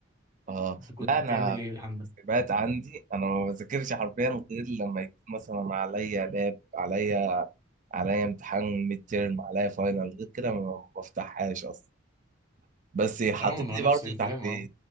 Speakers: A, on the right; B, on the right.
A: اه
B: انت كنت
A: لا
B: بتعمل
A: انا
B: ايه عندك؟
A: حاسبات عندي انا ما بذاكرش حرفيا غير لما يكون مثلا عليا لاب عليا عليا امتحان ميد تيرم عليا فاينل غير كده ما بفتحهاش اصلا بس حطيتني
B: اه ما انا نفس
A: برضو
B: الكلام
A: تحت
B: اهو